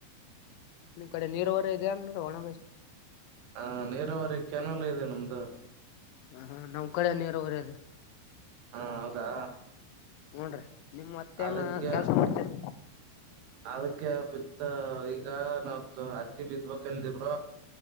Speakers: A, on the left (about 85°); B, on the right (about 80°).
A: ನಿಮ್ ಕಡೆ ನೀರ್ ಹೊರ ಇದೆಯ ನೋಡ ಒಣ ಬಸ್
B: ಹಾ ನೀರಾವರಿ ಕೆ್ಯನಲ್ ಇದೆ ನಮ್ದು
A: ಹ ನಮ್ಮ್ ಕಡೆ ನೀರು ಹೊರದ
B: ಹಾ ಹೌದಾ
A: ನೋಡ್ರಿ ನಿಮ್ ಮತ್ತೇ
B: ಅದಕ್ಕೆ
A: ಏನ ಕೆಲ್ಸ ಮಾಡಡ್ತೀರಿ
B: ಅದಕ್ಕೆ ಬಿತ್ತ ಈಗ ನಾವ್ದ ಹತ್ತಿ ಬಿತ್ಬೇಕಂದಿವ್ರ